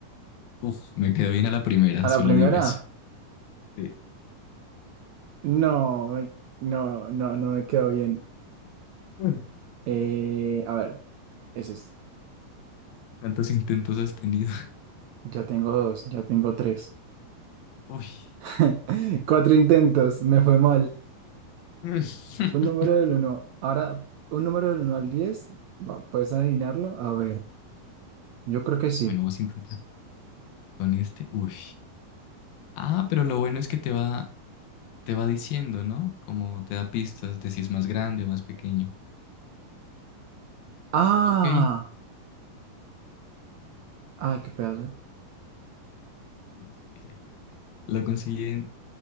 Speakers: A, on the left; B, on the right.
A: Uf, me quedó bien a la primera,
B: A
A: solo
B: la primera.
A: digo eso. Sí.
B: No, me- no, no, no me quedó bien.
A: Mm.
B: Eh, a ver, es este.
A: ¿Cuántos intentos has tenido?
B: Ya tengo dos, ya tengo tres.
A: <laughs> Uy.
B: <laughs> Cuatro intentos, me fue mal.
A: Mm.
B: Un número
A: <laughs>
B: del uno. Ahora, un número del uno al diez. Va, ¿Puedes adivinarlo? A ver, yo creo que sí.
A: Bueno, vamos a intentar con este. Uy. Ah, pero lo bueno es que te va, te va diciendo, ¿no? Como te da pistas de si es más grande o más pequeño.
B: ¡Ah!
A: Ok.
B: ah, qué pedazo!
A: <laughs> Lo conseguí en